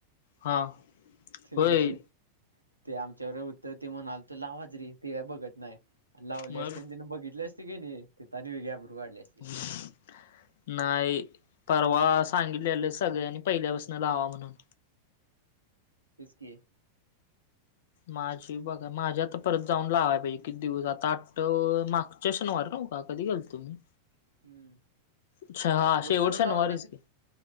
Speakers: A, on the left; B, on the right.
A: हां
B: ते
A: होय
B: नशीब ते आमच्यावर होतं ते म्हणालत लाव हाजरी ते काय बघत नाही. लावले
A: मग
B: असते. आणि त्याने बघितले असते की नाही. तिथं आणि ह्याची अब्रू काढली असती.
A: <unintelligible>
B: तिनं
A: नाही. परवा सांगितलेल सगळ्यांनी पहिल्यापासन लावा म्हणून.
B: तेच की,
A: माझी बघा. माझी आता परत जाऊन लावाय पाहिजे. किती दिवस आता आठव माग च्या शनिवार नव का कधीे गेलतो मी.
B: हम्म
A: अच्छा, हा
B: रोजच्या
A: शेवट
B: रोज
A: शनिवारीच
B: लावत
A: की.